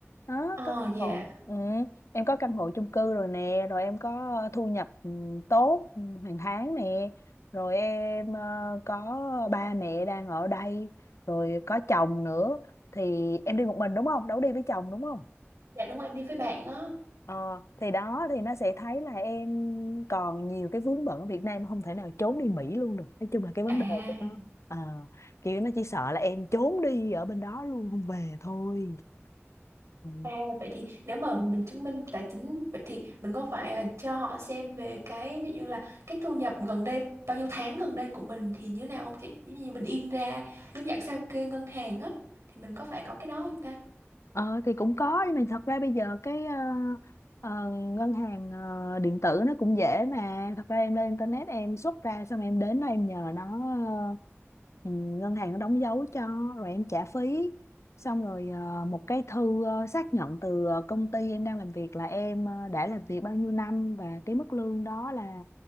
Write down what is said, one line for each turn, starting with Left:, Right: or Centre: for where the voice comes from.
Left: Đó,
Right: Ờ
Left: có căn
Right: dạ,
Left: hộ. Ừ, em có căn hộ chung cư rồi nè, rồi em có ờ, thu nhập ừ, tốt ừ, hàng tháng nè, rồi em ờ, có ba mẹ đang ở đây, rồi có chồng nữa thì em đi một mình đúng không? Đâu có đi với chồng đúng không?
Right: dạ đúng rồi em đi với bạn á.
Left: Ờ, thì đó thì nó sẽ thấy là em còn nhiều cái vướng bận ở Việt Nam không thể nào trốn đi Mỹ luôn được nói chung là cái vấn
Right: À,
Left: đề của nó ờ, kiểu nó chỉ sợ là em trốn đi ở bên đó luôn không về thôi ừ.
Right: à vậy thì nếu mà mình chứng minh tài chính vậy thì mình có phải ờ, cho họ xem về cái ví dụ là cái thu nhập gần đây bao nhiêu tháng gần đây của mình thì như nào không chị? Giống như mình in ra giống dạng sao kê ngân hàng á thì mình có phải có cái đó không ta?
Left: Ờ thì cũng có nhưng mà thật ra bây giờ cái ờ, ờ, ngân hàng ờ, điện tử nó cũng dễ mà thật ra em lên internet em xuất ra xong em đến đó em nhờ nó ờ, ừ, ngân hàng nó đóng dấu cho rồi em trả phí xong rồi ờ, một cái thư ờ, xác nhận từ ờ, công ty em đang làm việc là em ờ, đã làm việc bao nhiêu năm và cái mức lương đó là